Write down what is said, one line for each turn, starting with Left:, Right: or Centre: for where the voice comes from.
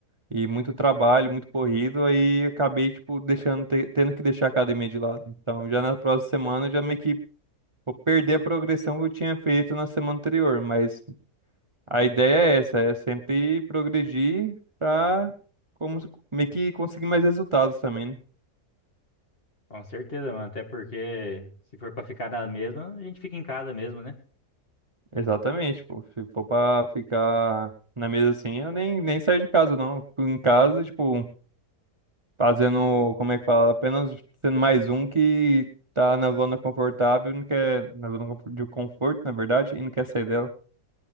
Right: E muito trabalho, muito corrido, aí acabei, tipo, deixando, te- tendo que deixar a academia de lado. Então, já na próxima semana, eu já meio que vou perder a progressão que eu tinha feito na semana anterior. Mas a ideia é essa, é sempre progredir pra como, se- meio que conseguir mais resultados também, né?
Left: Com certeza, mano. Até porque se for pra ficar na mesma, a gente fica em casa mesmo, né?
Right: Exatamente, pô. Se for pra ficar na mesa assim, eu nem, nem saio de casa, não. Fico em casa, tipo. Fazendo, como é que fala? Apenas sendo mais um que tá na zona confortável, e não quer, na zona confo- de conforto, na verdade, e não quer sair dela.